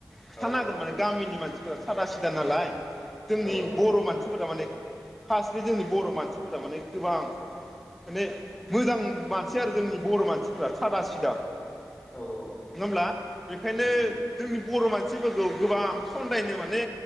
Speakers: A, in the centre; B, on the left.
A: खिथाना
B: औ
A: हागोन
B: औ
A: माने
B: औ
A: गामिनि मानसिफोरा सादा सिदा नालाय जोंनि
B: औ औ
A: बर'
B: थारैनो
A: मानसिफोरा माने खास्रि जोंनि बर' मानसिफोरा माने गोबां माने मोजां मानसि आरो जोंनि बर' मानसि सुबुंफोरा सादा सिदा नङा
B: औ औ औ
A: होमब्ला बेखायनो
B: नंगौ नोंथां
A: जोंनि बर' मान मानसिफोरखौ गोबां सनन्दायनो माने